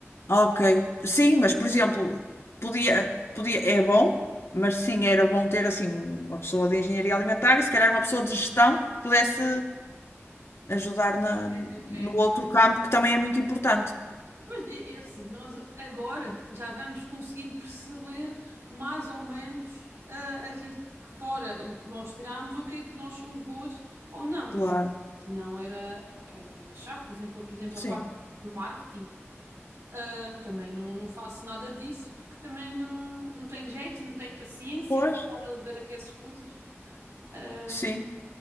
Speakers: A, on the left; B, on the right.
A: Ok. Sim, mas por exemplo, podia, podia, é bom, mas sim, era bom ter assim uma pessoa de engenharia alimentar e se calhar uma pessoa de gestão que pudesse. ajudar na,
B: É,
A: no
B: é.
A: outro campo que também é muito importante.
B: Pois é, é assim, nós agora já vamos conseguindo perceber mais ou menos ah, aquilo que fora, o que nós tiramos, o que é que nós somos boas ou não.
A: Claro,
B: Não era, é, era chato, por exemplo, por exemplo,
A: sim.
B: a parte do marketing. Ah, também não, não faço nada disso porque também não, não tenho jeito, não tenho paciência
A: Pois,
B: para estar a ver aquelas coisas. Ah,
A: sim.